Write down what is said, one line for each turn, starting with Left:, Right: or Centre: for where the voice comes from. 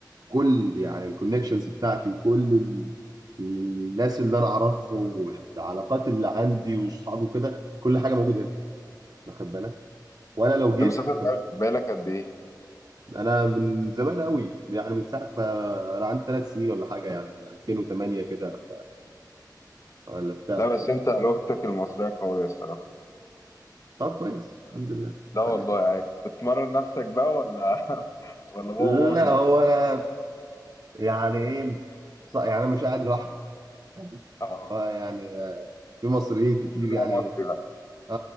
Right: كل يعني الكونكشنز بتاعتي وكل ال... الناس اللي انا اعرفهم والعلاقات اللي عندي واصحابي وكده كل حاجه موجوده هنا واخد بالك وانا لو
Left: انت
Right: جيت
Left: مسافر
Right: كان-
Left: بقالك قد ايه
Right: انا من زمان قوي يعني من ساعه ما انا عندي ثلاث سنين ولا حاجه يعني من 2008 كده ولا بتاع
Left: لا بس انت لغتك المصرية قوية الصراحة
Right: طب كويس الحمد لله
Left: لا
Right: يعني
Left: والله عايز بتمرن نفسك بقى ولا <laughs> ولا هو
Right: لا
Left: ماما في البيت
Right: هو انا يعني ايه ص- يعني انا مش قاعد لوحدي فاهم
Left: اه
Right: اه يعني آه، في مصريين كتير
Left: كلمة
Right: يعني
Left: مصري بقى
Right: اه